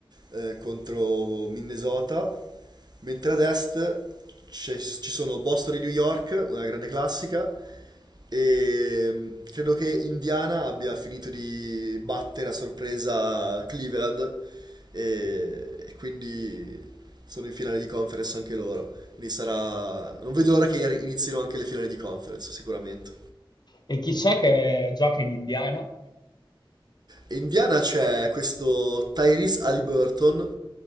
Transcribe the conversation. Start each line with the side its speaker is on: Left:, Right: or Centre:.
Right: eh, contro Minnesota, mentre ad est c'è- ci sono Boston e New York, una grande classica, e mm, credo che Indiana abbia finito di battere a sorpresa Cleveland e, e quindi sono in finale di conference anche loro. Quindi sarà... Non vedo l'ora che inizino anche le finali di conference, sicuramente.
Left: E chi c'è che gioca in Indiana?
Right: Indiana c'è questo Tyrese Halliburton,